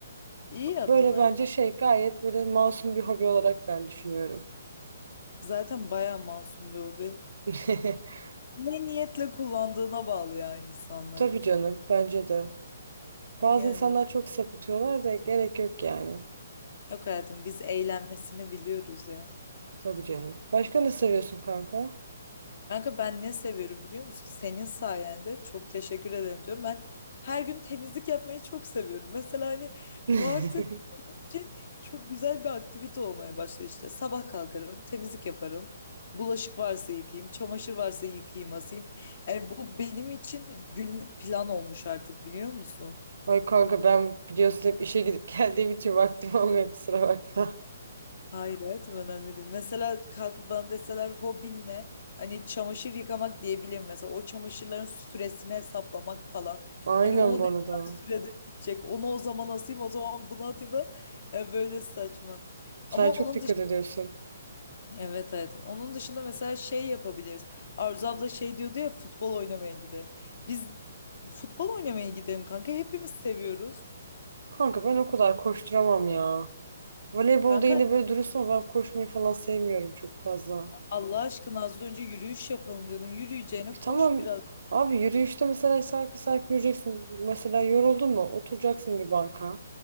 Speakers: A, on the left (about 50°); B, on the right (about 60°).
A: İyi yaptın
B: Böyle
A: hayatım.
B: bence şey gayet böyle masum bir hobi olarak ben düşünüyorum.
A: Zaten bayağı masum bir hobi.
B: <laughs>
A: Ne niyetle kullandığına bağlı ya insanların.
B: Tabii canım bence de. Bazı
A: Yani
B: insanlar çok sapıtıyorlar da gerek yok yani.
A: yok hayatım biz eğlenmesini biliyoruz ya.
B: Tabii canım. Başka ne seviyorsun kanka?
A: Kanka ben ne seviyorum biliyor musun? Senin sayende çok teşekkür ederim diyorum. Ben her gün temizlik yapmayı çok seviyorum. Mesela hani
B: <laughs>
A: bu artık için çok güzel bir aktivite olmaya başladı işte. Sabah kalkarım, temizlik yaparım. Bulaşık varsa yıkayayım, çamaşır varsa yıkayayım, asayım. Yani bu benim için günlük plan olmuş artık biliyor musun?
B: Ay kanka ben biliyorsun hep işe gidip <laughs> geldiğim için vaktim olmuyor kusura bakma.
A: Hayır hayatım önemli değil. Mesela kalkıp bana deseler hobin ne? Hani çamaşır yıkamak diyebilirim mesela. O çamaşırların süresini hesaplamak falan.
B: Aynen
A: Hani o
B: bu
A: ne
B: arada.
A: kadar sürede bitecek. Onu o zaman asayım o zaman bunu atayım. falan. Yani böyle saçma.
B: Sen
A: Ama
B: çok
A: onun
B: dikkat
A: dışında
B: ediyorsun.
A: evet hayatım. Onun dışında mesela şey yapabiliriz. Arzu abla şey diyordu ya futbol oynamaya gidelim. Biz futbol oynamaya gidelim kanka. Hepimiz seviyoruz.
B: Kanka ben o kadar koşturamam ya. Voleybolda
A: Kanka
B: yine böyle dürüst ol ben koşmayı falan sevmiyorum çok fazla.
A: Allah aşkına az önce yürüyüş yapalım diyordun. Yürüyeceğine
B: E
A: koş
B: Tamam
A: biraz.
B: abi yürüyüşte mesela sarkı sarkı yürüyeceksin. Mesela yoruldun mu? Oturacaksın bir banka.